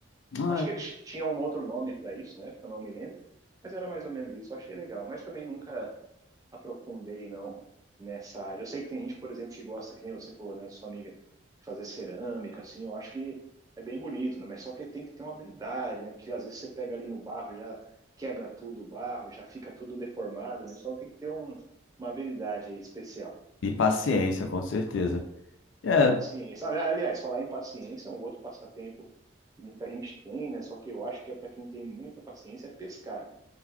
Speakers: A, on the left; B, on the right.
A: Ah,
B: Acho que eles tinham um outro nome para isso, né? Eu não me lembro, mas era mais ou menos isso. Eu achei legal, mas também nunca aprofundei não nessa área. Eu sei que tem gente, por exemplo, que gosta, que nem você falou, né, sua amiga, de fazer cerâmica, assim. Eu acho que é bem bonito, né? Mas só que tem que ter uma habilidade, né? Porque às vezes você pega ali no barro, já quebra tudo o barro, já fica tudo deformado, né? Então tem que ter um- uma habilidade aí especial.
A: e paciência, com certeza. É.
B: E paciência. Ali- Aliás, falar em paciência é um outro passatempo que muita gente tem, né? Só que eu acho que é para quem tem muita paciência é pescar. né?